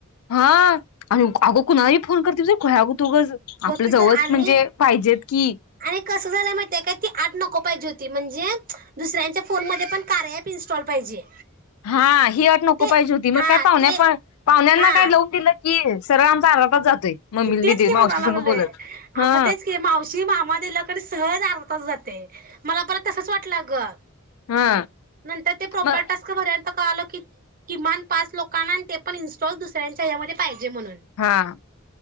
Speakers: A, on the left; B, on the right.
A: हा आणि अगो कुणाही फोन करते अगहौय तु
B: बघ
A: आपलं
B: की
A: जवळ
B: तर आणि
A: म्हणजे पाहिजेत की
B: आणि कसं झालाय माहितीया काय ती अट नको पाहिजे होती म्हणजे दुसऱ्यांच्या फोन मध्ये पण कार्या अँप इन्स्टॉल पाहिजे
A: हा ही अट नको
B: ते
A: पाहिजे होती
B: हा
A: मग काय पाहुण्या
B: ते
A: पाहुण्यांना
B: हा
A: काय लाऊ दिलं की सरळ अर्धा तास जातोय मम्मीला
B: तेच
A: दिदे
B: की म्हणाय
A: मावशी
B: लागलोय
A: संग बोलत
B: हाम
A: हा
B: तेच की मावशी मामा दिल कनी सहज अर्धा तास जातय ते मला परत तसच वाटलं आ ग
A: हा
B: नंतर ते प्रॉपर
A: मग
B: टास्क भरायला अस कळाल की किमान पाच लोकांना ते पण इनस्टॉल दुसऱ्यांच्या एच्यामदे पाहिजे म्हणून
A: आ